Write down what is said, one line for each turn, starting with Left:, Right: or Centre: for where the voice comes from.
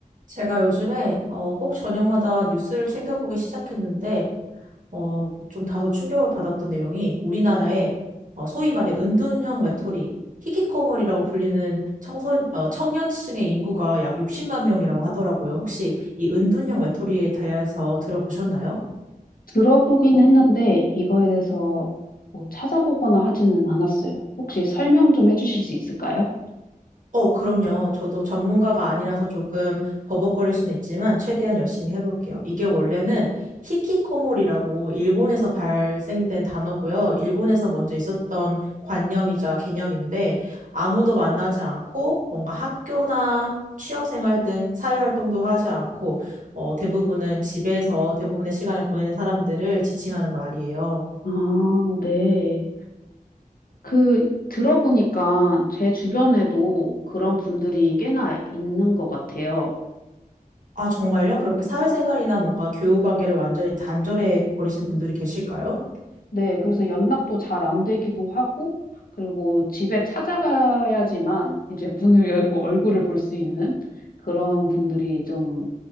Right: 제가 요즘에 어, 꼭 저녁마다 뉴스를 챙겨보기 시작했는데 어, 좀 다소 충격을 받았던 내용이 우리나라의 어, 소위 말해 은둔형 외톨이 히키코모리라고 불리는 청선, 어, 청년층의 인구가 약 60만 명이라고 하더라고요. 혹시 이 은둔형 외톨이에 대해서 들어보셨나요?
Left: 들어보긴 했는데 이거에 대해서 뭐 찾아보거나 하지는 않았어요. 혹시 설명 좀 해주실 수 있을까요?
Right: 어, 그럼요. 저도 전문가가 아니라서 조금 버벅거릴 수는 있지만 최대한 열심히 해볼게요. 이게 원래는 히키코모리라고 일본에서 발생된 단어고요. 일본에서 먼저 있었던 관념이자 개념인데 아무도 만나지 않고 뭔가 학교나 취업생활 등 사회활동도 하지 않고 어, 대부분은 집에서 대부분의 시간을 보내는 사람들을 지칭하는 말이에요.
Left: 아, 네. 그 들어보니까 제 주변에도 그런 분들이 꽤나 있는 것 같아요.
Right: 아, 정말요? 그렇게 사회생활이나 뭔가 교우 관계를 완전히 단절해 버리신 분들이 계실까요?
Left: 네, 그래서 연락도 잘 안 되기도 하고, 그리고 집에 찾아가야지만 이제 문을 열고 얼굴을 볼 수 있는 그런 분들이 좀